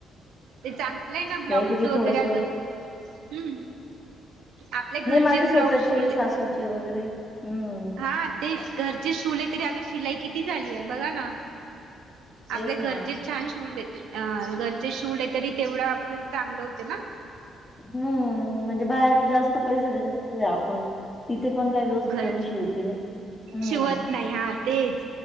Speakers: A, on the right; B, on the left.
A: ते चांगलं हाय ना, ब्लाऊज
B: काहीतरी
A: वगैरे
B: थोडंसं
A: आता हम्. आपल्या घरचेच
B: नाही माझे स्वतःचे,
A: ब्लाऊज शिवले,
B: सासूचे वगैरे. हम्म,
A: हा. तेच घरचे शिवले तरी, आता शिलाई किती झाली आहे बघा ना?
B: तेच
A: आपल्या घरचेच
B: ना.
A: छान शिवलेत, अ घरचे शिवले तरी तेवढं आपलं चांगलं होते ना.
B: हुं म्हणजे बाहेर जास्त पैसे देण्यापेक्षा जे आपण इथे पण काय व्यवस्थित
A: घर
B: कोणी शिवते नाही हम्म.
A: शिवत नाही हा तेच